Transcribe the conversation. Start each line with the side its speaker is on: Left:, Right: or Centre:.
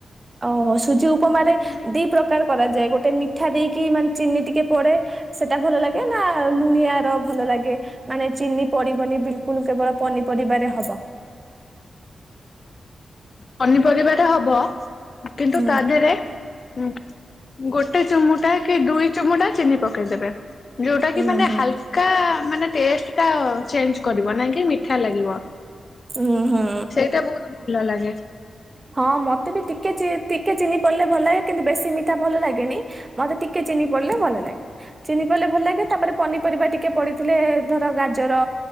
Right: ଓହୋ ସୁଜି ଉପମାରେ
Left: ମି
Right: ଦି ପ୍ରକାର କରାଯାଏ ଗୋଟେ ମିଠା ଦେଇକି ମାନେ ଚିନି ଟିକେ ପଡେ ସେଟା ଭଲ ଲାଗେ ନା ଲୁଣିଆ ର ଭଲ ଲାଗେ? ମାନେ ଚିନି ପଡିବନି ବିଲକୁଲ କେବଳ ପନିପରିବାରେ ହବ।
Left: ପନିପରିବାରେ ହବ କିନ୍ତୁ
Right: ହୁଁ
Left: ତା ଦେହରେ ହଁ ଗୋଟେ ଚୁମୁଟାଏ କି ଦୁଇ ଚୁମୁଟା ଚିନି ପକେଇଦେବେ। ଯୋଉଟା
Right: ହୁଁ
Left: କି ମାନେ
Right: ହୁଁ।
Left: ହାଲକା ମାନେ ଟେଷ୍ଟ ଟା ଚେଞ୍ଜ କରିବ ନାଇଁ କି ମିଠା ଲାଗିବ।
Right: ହୁଁ ହୁଁ।
Left: ଏଟା ବହୁତ ଭଲ ଲାଗେ।
Right: ହଁ ମତେ ବି ଟିକେ ଚି ଟିକେ ଚିନି ପଇଲେ ଭଲ ଲାଗେ କିନ୍ତୁ ବେଶୀ ମିଠା ଭଲ ଲାଗେନି। ମତେ ଟିକେ ଚିନି ପଡିଲେ ଭଲ ଲାଗେ। ଚିନି ପଇଲେ ଭଲ ଲାଗେ ତାପରେ ପନିପରିବା ଟିକେ ପଡିଥିଲେ ଧର ଗାଜର